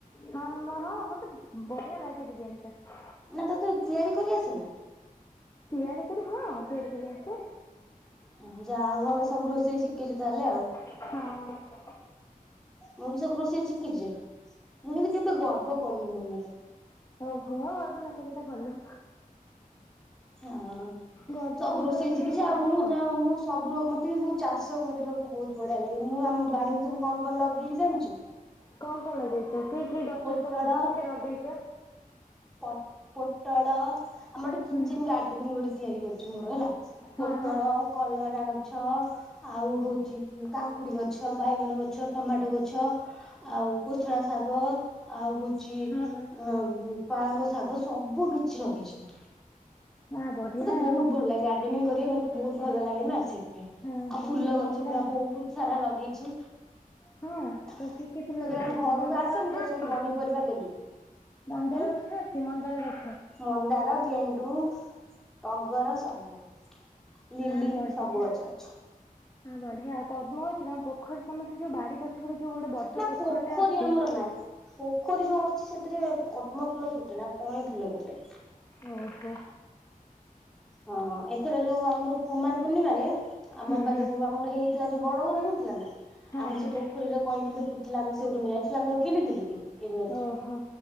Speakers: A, on the left (about 20°); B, in the centre.
A: ହଁ ମହଁ ମତେ ବଢିଆ ଲାଗେ ବିରିୟାନୀ ଟା।
B: ନା ତତେ ତିଆରି କରି ଆସେନା?
A: ତିଆରି କରି ହବ ତିଆରି କରି ଆସେ।
B: ହଁ ଯା ହଉ ଭଲ ସବୁ ରୋଷେଇ ଶିଖିଚୁ ତାହେଲେ ଆଉ।
A: ହଁ।
B: ମୁଁ ବି ସବୁ ରୋଷେଇ ଶିଖିଚି ମୁଁ କିନ୍ତୁ କେବେ ଗର୍ବ କରୁନି ମନରେ।
A: ଓ ହୋ ଅପଣଙ୍କର ଏଇଟା ଭଲ।
B: ହଁ
A: ଗର୍ବ
B: ସବୁ
A: ଅହଙ୍କାର
B: ରୋଷେଇ
A: କରିକି
B: ଶିଖିଚି
A: ଲାଭ
B: ଆଉ ମୁଁ
A: କଣ
B: ଯା ମୁଁ ସବୁ ମତେ ବି ବହୁତୁ ଚାଷ କରିବାକୁ ବହୁତୁ ବଢିଆ ଲାଗେ ମୁଁ ଆମ ବାଡିରେ ସବୁ କଣ କଣ ଲଗେଇଚି ଜାଣିଚୁ?
A: କଣ କଣ ଲଗେଇଚ କି କି ଗଛ
B: ପୋଟଳ
A: ସବୁ ବୃଖେ ଲଗେଇଚ?
B: ପଟ ପୋଟଳ ଆମର ଗୋଟେ କିଚେନେ
A: ହୁଁ
B: ଗାର୍ଡେନେ ଗୋଟେ ତିଆରି କରୁଚୁ ମୋର ହେଲା।
A: ହଁ
B: ପୋଟଳ
A: ହଁ
B: କଲରା ଗଛ ଆଉ ହଉଚି କାକୁଡି ଗଛ ବାଇଗଣ ଗଛ ଟମାଟୋ ଗଛ। ଆଉ କୋଶଳା ଶାଗ ଆଉ ହଉଚି ଅ
A: ହଁ
B: ପାଳଙ୍ଗ ଶାଗ ସବୁ କିଛି ଲଗେଇଚି ମୁଁ।
A: ହଁ ବଢ଼ିଆ
B: ମତେ ବହୁତୁ
A: ଆଉ
B: ଭଲ ଲାଗେ ଗାର୍ଡେନିଂ କରିବାକୁ ମତେ ବହୁତୁ ଭଲ ଲାଗେ ନା ସେଥିପାଇଁ।
A: ହଁ
B: ଆଉ
A: ହଁ
B: ଫୁଲ ଗଛ
A: ଭଲ
B: ପୁରା ବହୁତୁ ସାରା ଲଗେଇଚି।
A: ହଁ
B: ତୁ
A: ସବୁ କି କି ଫୁଲ
B: କେବେ
A: ଗଛ
B: ଆମ
A: ଲଗେଇଛ
B: ଘରକୁ
A: ମନ୍ଦାର
B: ଆସେ
A: ଗଛ
B: ମୁଁ ତତେ
A: ଅଛି
B: ସବୁ ପନିପରିବା ଦେବି।
A: ମନ୍ଦାର
B: ଉଁ
A: ଗଛ ଅଛି ମନ୍ଦାର ଗଛ?
B: ମନ୍ଦାର ଗେଣ୍ଡୁ ଟଗର ସବୁ। ଲିଲି
A: ହଁ ବଢିଆ
B: ସବୁ ଗଛ ଅଛି।
A: ହଁ ବଢିଆ ଆଉ ପଦ୍ମ ଅଛି ତମ ପୋଖରୀ ତମ ସେ ଯୋଉ ବାଡି ପ ଛ ପଟେ ଯୋଉ ବଡ
B: ନା
A: ପୋଖରୀଟା
B: ପୋଖରୀ
A: ଅଛି
B: ଆମର ନାହିଁ। ପୋଖରୀ ଯୋଉ ଅଛି ସେଥିରେ ପଦ୍ମ ଫୁଲ ଫୁଟେନା କଇଁ ଫୁଲ ଫୁଟେ।
A: ଓହୋ।
B: ହଁ ଏଥର ଯୋଉ ଆମର କୁମାର ପୂର୍ଣିମାରେ ଆମର
A: ହୁଁ
B: ପା
A: ହୁଁ
B: ଯୋଉ ଆମର ହେଇଥିଲା ଯୋଉ ବଡ ଘର ହେଇଥିଲା ନା
A: ହଁ
B: ଆମ
A: ହଁ
B: ସେ ପୋ ପୋଖରୀରେ କଇଁ ଫୁଲ ଫୁଟିଥିଲା ଆମେ ସେଠୁ ନେଇଆସିଲୁ ଆଉ କିଣିଥିଲୁ କି? କିଣିନଥିଲୁ
A: ଓହୋ